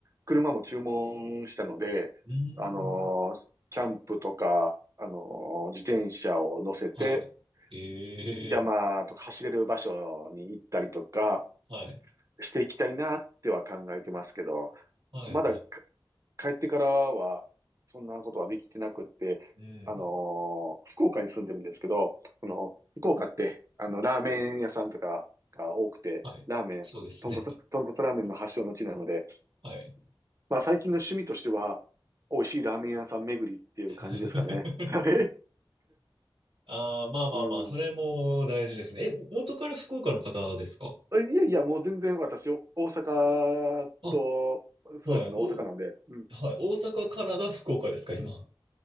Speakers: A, on the right (about 35°); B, on the right (about 85°).
A: 車も注文したので、
B: うん。
A: あの、キャンプとか、あの、自転車を乗せて、
B: はい。
A: 山とか走れる場所に行ったりとか
B: ええはい。
A: していきたいなっては考えてますけど、
B: はいはい。
A: まだ帰ってからは、そんなことはできてなくって、
B: うん。
A: あのー福岡に住んでるんですけど、この、福岡って、あの、ラーメン屋さんとかが多くて、
B: はい。
A: ラーメン、
B: そうですね。
A: 豚骨、豚骨ラーメンの発祥の地なので、
B: はい。
A: まあ最近の趣味としては、美味しいラーメン屋さん巡りっていう感じですかね。
B: <laughs>
A: はい
B: ああ、まあまあまあ、
A: <laughs> うん。
B: それも大事ですね。え、も元から福岡の方ですか
A: いやいや、もう全然私、お大阪と、
B: あ、は
A: そうですね、
B: い。お、
A: 大阪なんで、うん。
B: はい。大阪、カナダ、福岡ですか、今。